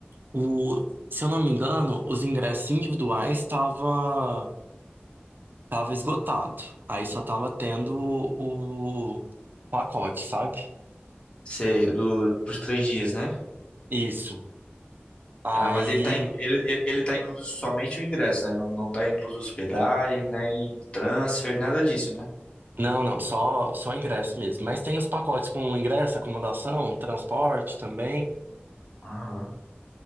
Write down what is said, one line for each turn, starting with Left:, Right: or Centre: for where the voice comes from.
Right: o... se eu não me engano, os ingressos individuais estava tava esgotado. Aí só tava tendo o o pacote, sabe?
Left: sei, do, pros três dias, né?
Right: Isso. Aí.
Left: Ah, mas ele tá, in- ele, ele, ele tá incluso somente o ingresso, né? Não, não tá incluso hospedagem, nem transfer, nada disso, né?
Right: Não, não, só, só ingresso mesmo. Mas tem os pacotes com ingresso, acomodação, transporte também.
Left: Aham.